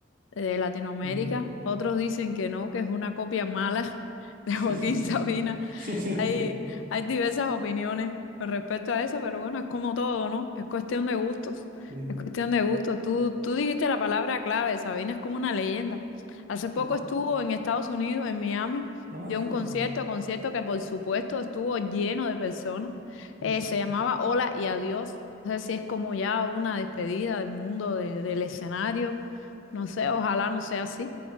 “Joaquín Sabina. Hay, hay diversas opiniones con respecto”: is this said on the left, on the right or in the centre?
Left